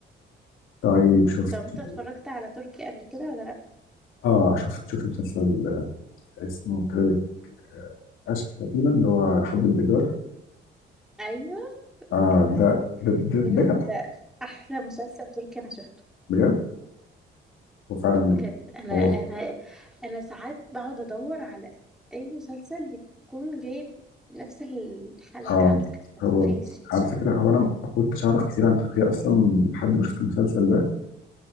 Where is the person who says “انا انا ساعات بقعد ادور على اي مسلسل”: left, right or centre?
Centre